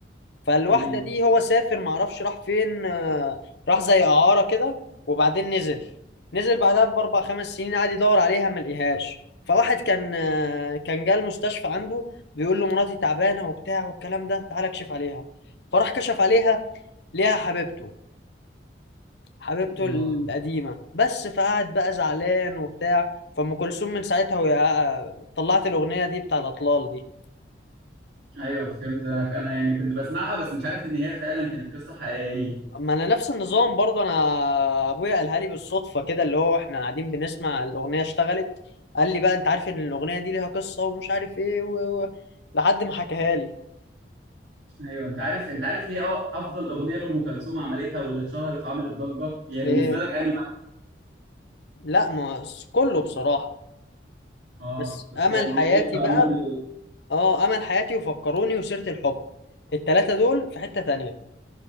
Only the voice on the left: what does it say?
فالواحدة
دي هو سافر معرفش راح فين آه، راح زي إعارة كده وبعدين نزل نزل بعدها بأربع خمس سنين قعد يدور عليها ما لقيهاش فواحد كان آه، كان جه المستشفى عنده بيقول له مراتي تعبانة وبتاع والكلام ده تعالى اكشف عليها فراح كشف عليها ليها حبيبته حبيبته
القديمة بس فقعد بقى زعلان وبتاع فأم كلثوم من ساعتها وهي آه، طلعت الأغنية دي بتاع الأطلال دي
ما انا نفس النظام برضه انا ابويا قالها لي بالصدفه كده اللي هو احنا قاعدين بنسمع الاغنيه اشتغلت قال لي بقى انت عارف ان الاغنيه دي ليها قصه ومش عارف ايه و... و... لحد ما حكاها لي
ايه
لا ما كله بصراحه
بس
امل
حياتي
بقى اه امل حياتي وفكروني وسيره الحب التلاته دول في حته تانية